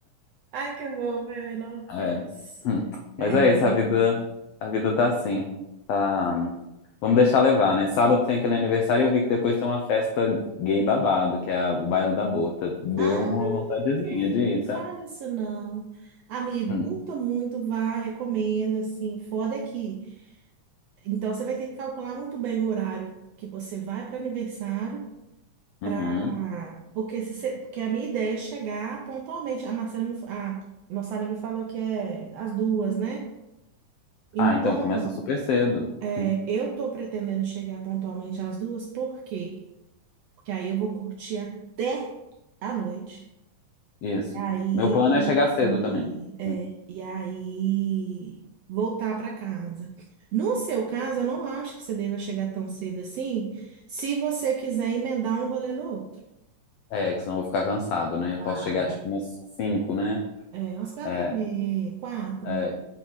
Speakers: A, on the right; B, on the left.
A: Ai, que horror, velho. Nossa.
B: É. Hum.
A: É,
B: Mas é
A: mas
B: isso, a vida, a vida tá assim. Tá... Vamos deixar levar, né? Sábado tem aquele aniversário e eu vi que depois tem uma festa gay babado, que é a- o baile da bota. Deu
A: Ai,
B: uma vontadezinha de ir,
A: não fala
B: tá?
A: isso não. Amigo,
B: Hum.
A: curta muito, vá, recomendo, assim, foda é que. Então, você vai ter que calcular muito bem o horário que você vai para aniversário,
B: Uhum.
A: pra... porque, se você- porque a minha ideia é chegar pontualmente. A Marcela, me... a nossa amiga falou que é às duas, né? Então,
B: Ah, então começa super cedo.
A: é,
B: Hum.
A: eu tô pretendendo chegar pontualmente às duas, por quê? Porque aí eu vou curtir até a noite.
B: Isso.
A: Aí,
B: Meu plano é chegar cedo também.
A: é,
B: Hum.
A: e aí voltar para casa. No seu caso, eu não acho que você deva chegar tão cedo assim, se você quiser emendar um rolê no outro.
B: É, que senão eu vou ficar cansado, né? Eu
A: Vai.
B: posso chegar tipo umas 5, né?
A: É, umas quatro
B: É,
A: e meia, quatro,
B: é.